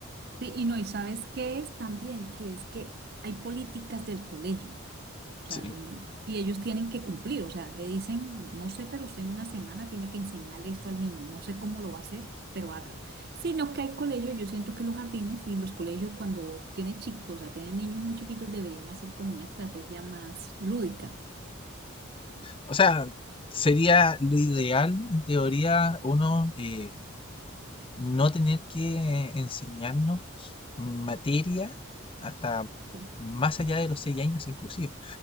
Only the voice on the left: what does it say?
Sí.
O sea, sería lo ideal, en teoría, uno... eh, no tener que enseñarnos materia hasta
más allá de los seis años inclusive.